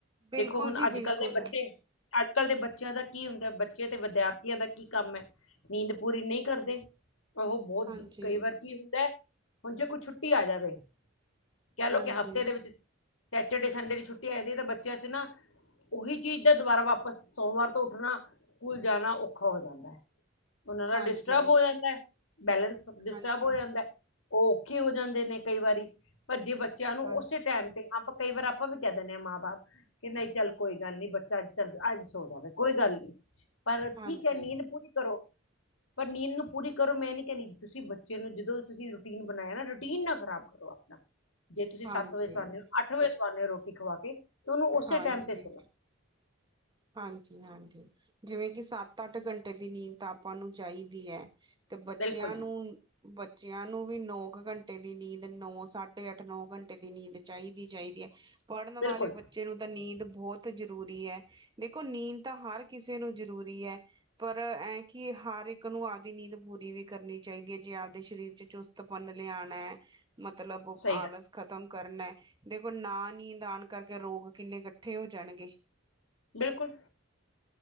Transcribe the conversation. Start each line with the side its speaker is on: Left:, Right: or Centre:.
Right: ਬਿਲਕੁਲ
Left: ਦੇਖੋ ਹੁਣ
Right: ਜੀ
Left: ਅੱਜ
Right: ਬਿਲਕੁਲ
Left: ਕੱਲ੍ਹ ਦੇ ਬੱਚੇ ਅੱਜ ਕੱਲ੍ਹ ਦੇ ਬੱਚਿਆਂ ਦਾ ਕੀ ਹੁੰਦਾ ਬੱਚੇ ਤੇ ਵਿਦਿਆਰਥੀਆਂ ਦਾ ਕੀ ਕੰਮ ਹੈ। ਨੀਂਦ ਪੂਰੀ ਨਹੀਂ ਕਰਦੇ ਉਹ ਬਹੁਤ
Right: ਹਾਂਜੀ
Left: ਕਈ ਵਾਰ ਕੀ ਹੁੰਦਾ ਹੁਣ ਜੇ ਕੋਈ ਛੁੱਟੀ ਆ ਜਾਵੇ। ਕਹਿਲਓ
Right: ਹਾਂਜੀ
Left: ਕਿ ਹਫ਼ਤੇ ਦੇ ਵਿੱਚ ਸੈਚਡੇ ਸੰਡੇ ਦੀ ਛੁੱਟੀ ਆ ਜਾਂਦੀ ਤਾਂ ਬੱਚਿਆਂ ਚ ਨਾ ਉਹੀ ਚੀਜ਼ ਦਾ ਦੁਬਾਰਾ ਵਾਪਸ ਸੋਮਵਾਰ ਤੋਂ ਉੱਠਣਾ ਸਕੂਲ ਜਾਣਾ ਔਖਾ ਹੋ ਜਾਂਦਾ ਹੈ। ਉਹਨਾਂ ਦਾ
Right: ਹਾਂਜੀ
Left: ਡਿਸਟਰਬ ਹੋ ਜਾਂਦਾ, ਬੈਲੈਂਸ ਡਿਸਟਰਬ
Right: ਹਾਂਜੀ
Left: ਹੋ ਜਾਂਦਾ ਉਹ ਔਖੇ ਹੋ ਜਾਂਦੇ ਨੇ ਕਈ ਵਾਰੀ, ਪਰ ਜੇ ਬੱਚਿਆਂ ਨੂੰ
Right: ਹਾਂਜੀ
Left: ਉਸੇ ਟਾਈਮ ਆਪਾਂ ਕਈ ਵਾਰ ਆਪਾਂ ਵੀ ਕਹਿ ਦਿੰਦੇ ਹਾਂ ਮਾਂ ਬਾਪ ਕਿ ਨਹੀਂ ਚੱਲ ਕੋਈ ਗੱਲ ਨੀ ਬੱਚਾ ਅੱਜ, ਅੱਜ ਸੋ ਜਾਵੇ ਕੋਈ ਗੱਲ ਨੀ। ਪਰ ਠੀਕ
Right: ਹਾਂਜੀ
Left: ਹੈ ਨੀਂਦ ਪੂਰੀ ਕਰੋ। ਪਰ ਨੀਂਦ ਨੂੰ ਪੂਰੀ ਕਰੋ ਮੈਂ ਨੀ ਕਹਿੰਣੀ ਤੁਸੀਂ ਬੱਚੇ ਨੂੰ ਜਦੋਂ ਤੁਸੀਂ ਰੂਟੀਨ ਬਣਾਇਆ ਨਾ ਰੂਟੀਨ ਨਾਲ ਖਰਾਬ ਕਰੋ ਆਪ। ਜੇ ਤੁਸੀਂ
Right: ਹਾਂਜੀ,
Left: ਸੱਤ ਵਜੇ ਸਉਂਦੇ ਹੋ ਅੱਠ ਵਜੇ ਸੁਵਾਉਂਦੇ ਹੋ ਰੋਟੀ ਖਵਾ ਕੇ ਤੇ ਉਹਨੂੰ ਉਸੇ
Right: ਹਾਂਜੀ।
Left: ਟਾਈਮ ਤੇ ਸਵਾਓ
Right: ਹਾਂਜੀ-ਹਾਂਜੀ, ਜਿਵੇਂ ਕਿ ਸੱਤ ਅੱਠ ਘੰਟੇ ਦੀ ਨੀਂਦ ਆਪਾਂ ਨੂੰ ਚਾਹੀਦੀ ਹੈ। ਤੇ ਬੱਚਿਆਂ
Left: ਬਿਲਕੁਲ ਜੀ
Right: ਨੂੰ ਬੱਚਿਆਂ ਨੂੰ ਵੀ ਨੌ ਕੁ ਘੰਟੇ ਦੀ ਨੀਂਦ ਨੌ ਸਾਢੇ ਅੱਠ ਨੌ ਘੰਟੇ ਦੀ ਨੀਂਦ ਚਾਹੀਦੀ-ਚਾਹੀਦੀ ਹੈ, ਪੜ੍ਹਨ
Left: ਬਿਲਕੁਲ
Right: ਵਾਲੇ ਬੱਚੇ ਨੂੰ ਤਾਂ ਨੀਂਦ ਬਹੁਤ ਜ਼ਰੂਰੀ ਹੈ। ਦੇਖੋ ਨੀਂਦ ਤਾਂ ਹਰ ਕਿਸੇ ਨੂੰ ਜ਼ਰੂਰੀ ਹੈ। ਪਰ ਐਂ ਕਿ ਹਰ ਇੱਕ ਨੂੰ ਆਪਦੀ ਨੀਂਦ ਪੂਰੀ ਵੀ ਕਰਨੀ ਚਾਹੀਦੀ ਹੈ ਜੇ ਆਪਦੇ ਸਰੀਰ ਚ ਚੁਸਤਪਨ ਲਿਆਣਾ ਹੈ। ਮਤਲਬ
Left: ਸਹੀ
Right: ਆਲਸ
Left: ਗੱਲ
Right: ਖ਼ਤਮ ਕਰਨਾ ਹੈ ਦੇਖੋ ਨਾ ਨੀਂਦ ਆਉਣ ਕਰਕੇ ਰੋਗ ਕਿੰਨੇ ਇਕੱਠੇ ਹੋ ਜਾਣਗੇ
Left: ਬਿਲਕੁਲ।